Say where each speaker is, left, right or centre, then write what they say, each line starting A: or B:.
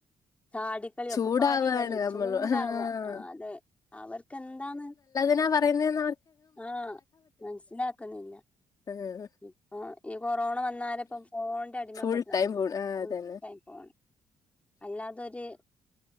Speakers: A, on the left; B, on the left.
A: ചാടിക്കളിയ
B: ചൂടാവാണ്
A: ഒക്കെപാടെണെലോ
B: നമ്മള്
A: ചൂടാവാ
B: ആഹ്
A: ആ അതെ അവർക്ക് ക്കെന്തന്നു
B: ന്നപറയുന്നേ ന്നാ
A: ആഹ മനസ് ലാക്കുന്നില്ല
B: ആഹ്
A: ഇപ്പൊ ഈ കൊറോണ വന്നാലെപ്പം ഫോൺന്റെ അടിമപ്പെട്ട്
B: ഫുൾ
A: നടക്ക
B: ടൈം ഫുൾ ആഹ്
A: ഫുൾടൈം
B: അതന്നെ
A: ഫോണ് അല്ലാതൊരു